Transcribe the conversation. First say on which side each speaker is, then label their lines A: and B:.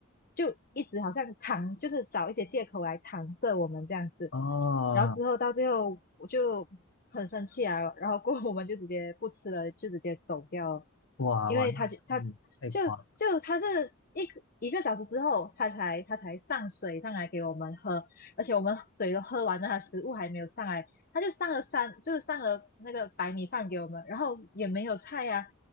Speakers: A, on the left (about 45°); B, on the left (about 65°).
A: 就一直好像搪，就是找一些借口来搪塞我们这样子。
B: 哦，
A: 然后之后到最后我就很生气啊，然后过后我们就直接不吃了，就直接走掉了，
B: 哇哇，
A: 因为他就他
B: 那嗯，太夸
A: 就就他是一个一个小时之后，他才他才上水上来给我们喝，而且我们水都喝完了，他食物还没有上来，他就上了三，就是上了那个白米饭给我们，然后也没有菜呀、<laughs> 啊